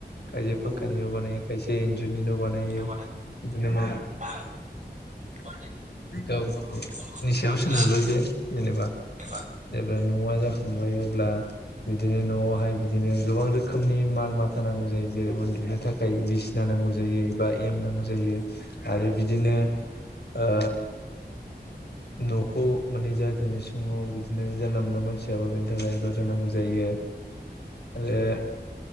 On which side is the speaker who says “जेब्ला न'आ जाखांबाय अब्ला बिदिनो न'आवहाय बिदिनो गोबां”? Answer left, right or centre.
Left